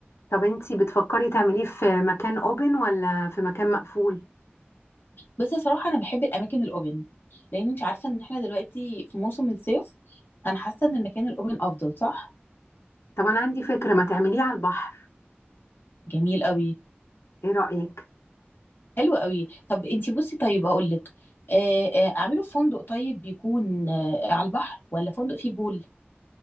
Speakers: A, on the left; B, on the left.
A: طب انتي بتفكري تعمليه في مكان اوبن ولا في مكان مقفول
B: بس صراحه انا بحب الاماكن الاوبن لان انت عارفه ان احنا دلوقتي في موسم الصيف انا حاسه ان المكان الاوبن افضل صح
A: طب انا عندي فكرة ما تعمليه على البحر
B: جميل قوي
A: ايه رأيك
B: حلو قوي طب انتي بصي طيب هقول لك آه، آه، اعمله في فندق طيب بيكون آه، على البحر ولا فندق فيه بول